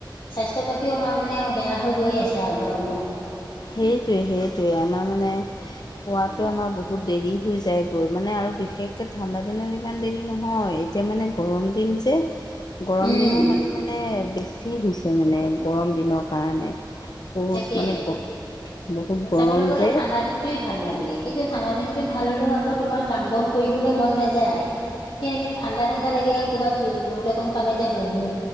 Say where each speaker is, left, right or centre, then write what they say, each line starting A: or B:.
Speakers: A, on the left (about 75°); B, on the left (about 60°).
A: স্বাস্থ্য পাতিও আমাৰ মানে বেয়া হৈ গৈয়ে আছে আৰু গৰমৰ।
B: সেইটোৱে-সেইটোৱে আমাৰ মানে খোৱাটো আমাৰ বহুত দেৰি শুই যায়গৈ, মানে আৰু বিশেষকে ঠাণ্ডা দিনত ইমান দেৰি নহয় এতিয়া মানে গৰম দিন যে। হয়। গৰম
A: উম।
B: দিনৰ কাৰণে মানে বেছি হৈছে মানে, গৰম দিনৰ কাৰণে। বহুত
A: তাকে
B: মানে বহুত গৰম
A: চাবলৈ গ'লে
B: যে।
A: ঠাণ্ডা ভাল লাগে কিন্তু ঠানা দিনটো ভাল হলেও, আকৌ তোমাৰ কাম বন কৰিবলৈ মন নাযায়। ঠাণ্ডা-ঠাণ্ডা লাগে ক'ৰবাত য ৰ'দ অকণ পালে যে বহো।